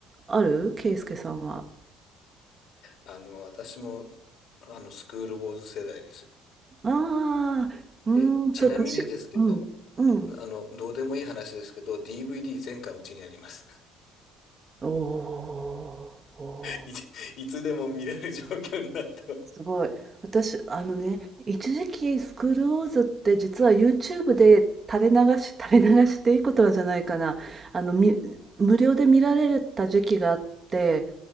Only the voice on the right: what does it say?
あるケイスケさんは。
ああ、うん、
そう、年、うん、うん。
おーおー
すごい。私、あのね、一時期スクールウォーズって実は YouTube で垂れ流し、垂れ流していいことはじゃないかな。あの、み、無料で見られた時期があって、